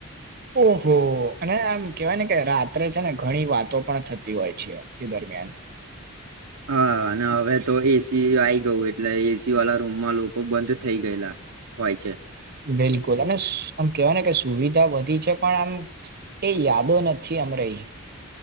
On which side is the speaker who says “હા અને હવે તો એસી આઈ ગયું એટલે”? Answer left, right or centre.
Right